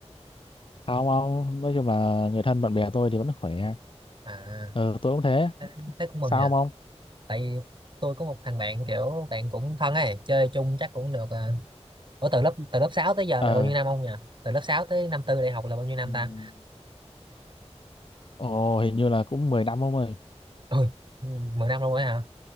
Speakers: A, on the left (about 50°); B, on the right (about 45°).
A: không ông nói chung là người thân bạn bè tôi thì vẫn khỏe
B: À
A: ờ tôi cũng thế
B: thế, thế cũng mừng
A: sao
B: nha.
A: không ông
B: Tại vì tôi có một thằng bạn kiểu bạn cũng thân ấy, chơi chung chắc cũng được à. Ủa từ lớp từ lớp 6 tới giờ
A: ờ
B: là bao nhiêu năm ông nhỉ? Từ lớp 6 tới năm tư đại học là bao nhiêu năm
A: ừm,
B: ta?
A: ồ hình như là cũng 10 năm ông ơi
B: Ôi, 10 năm luôn ấy hả?